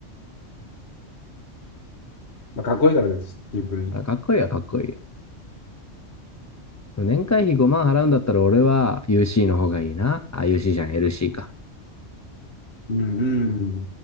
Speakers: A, on the left; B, on the left.
A: まあ、かっこいいからね、シンプルに。
B: あかっこいいはかっこいいよ。でも年会費5万払うんだったら俺は UC の方がいいな。あ、UC じゃん、LC か。
A: うんうんうん。